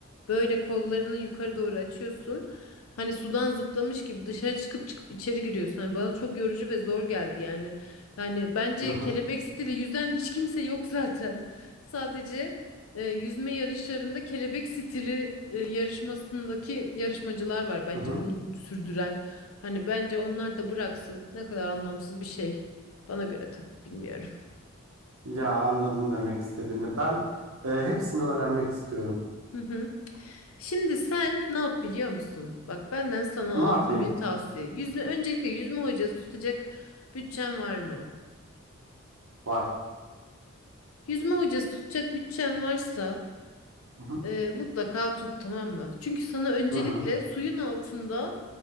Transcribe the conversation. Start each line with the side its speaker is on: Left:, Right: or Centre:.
Left: Böyle kollarını yukarı doğru açıyorsun. Hani sudan zıplamış gibi dışarı çıkıp çıkıp içeri giriyorsun. Hani bana çok yorucu ve zor geldi yani. Yani bence
Right: Hı hı.
Left: kelebek stili yüzen hiç kimse yok <laughs> zaten. Sadece e, yüzme yarışlarında kelebek stili e, yarışmasındaki yarışmacılar var bence
Right: Hı hı.
Left: bunu sürdüren. Hani bence onlar da bıraksın. Ne kadar anlamsız bir şey. Bana göre tabii bilmiyorum.
Right: Ya anladım demek istediğini. Ben e, hepsini öğrenmek istiyorum.
Left: <laughs> Şimdi sen ne yap biliyor musun? Bak benden sana
Right: Ne
Left: altın
Right: yapayım?
Left: bir tavsiye. Yüzme öncelikle yüzme hocası tutacak bütçen var mı?
Right: Var.
Left: Yüzme hocası tutacak bütçen varsa
Right: Hı hı.
Left: e, mutlaka tut tamam mı? Çünkü sana öncelikle
Right: Hı hı.
Left: suyun altında